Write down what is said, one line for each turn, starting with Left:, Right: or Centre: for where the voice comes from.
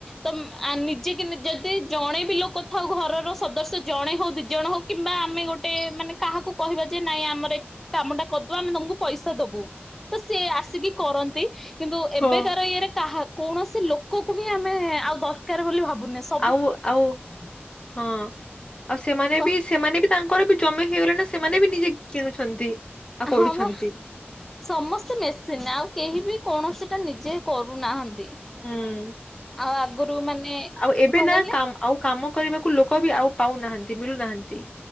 Centre: ତ ମ ଆଁ ନିଜେ କି ନି ଯଦି ଜଣେ ବି ଲୋକ ଥାଉ ଘରର ସଦସ୍ୟ ଜଣେ ହଉ ଦି ଜଣ ହଉ କିମ୍ବା ଆମେ ଗୋଟେ ମାନେ କାହାକୁ କହିବା ଯେ ନାଇଁ ଆମର ଏ କାମଟା କରିଦବ ଆମେ ତମକୁ ପଇସା ଦବୁ। ତ ସେ ଆସିକି କରନ୍ତି। କିନ୍ତୁ ଏବେ
Left: ହଁ
Centre: କାର ଇଏରେ କାହା କୌଣସି ଲୋକକୁ ହିଁ ଆମେ ଆଉ ଦରକାର୍ ବୋଲି ଭାବୁନେ ସ
Left: ଆଉ ଆଉ ହଁ। ଆଉ ସେମାନେ
Centre: କ
Left: ବି ସେମାନେ ବି ତାଙ୍କର ବି ଜମି ହେଇଗଲେ ନା ସେମାନେ ବି ନିଜେ କିଣୁଛନ୍ତି। ଆଉ କରୁଛନ୍ତି
Centre: ହଁ ବା। ସମସ୍ତେ ମେସିନ୍ ଆଉ କେହି ବି କୌଣସି ଟା ନିଜେ କରୁ ନାହାଁନ୍ତି
Left: ହୁଁ
Centre: ଆଉ ଆଗୁରୁ ମାନେ
Left: ଆଉ ଏବେ
Centre: କଣ
Left: ନା
Centre: କହିଲେ?
Left: କାମ ଆଉ କାମ କରିବାକୁ ଲୋକ ବି ଆଉ ପାଉନାହାଁନ୍ତି ମିଳୁ ନାହାଁନ୍ତି।